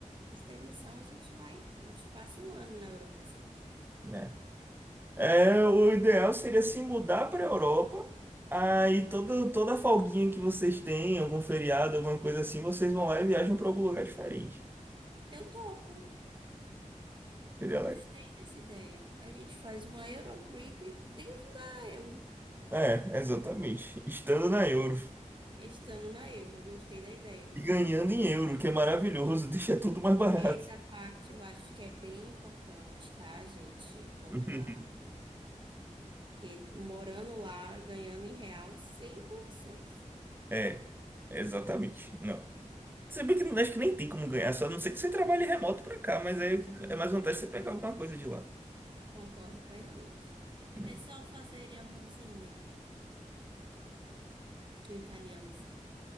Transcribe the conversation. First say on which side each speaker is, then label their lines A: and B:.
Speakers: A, on the right (about 35°); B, on the right (about 15°).
A: Essa emissão a gente vai, a gente passa um ano na Europa, se quiser.
B: né? É, o ideal seria se mudar para a Europa. Aí toda, toda folguinha que vocês têm, algum feriado, alguma coisa assim, vocês vão lá e viajam para algum lugar diferente.
A: Eu topo,
B: Seria
A: gostei dessa ideia. A gente faz uma Eurotrip dentro da Euro,
B: É, exatamente. Estando na euro.
A: estando na Euro, gostei da ideia.
B: E ganhando em euro, que é maravilhoso, <laughs> deixa tudo mais barato.
A: Essa parte eu acho que é bem importante, tá, gente? Pontuar.
B: <laughs>
A: Porque morando lá, ganhando em real, sem condições.
B: É, exatamente. Não. Se bem que não acho que nem tem como ganhar, só a não ser que você trabalhe remoto pra cá, mas aí é mais vantagem você pegar alguma coisa de lá.
A: Concordo plenamente.
B: <laughs> né?
A: É só fazer a mãozinha que o italiano. sabe.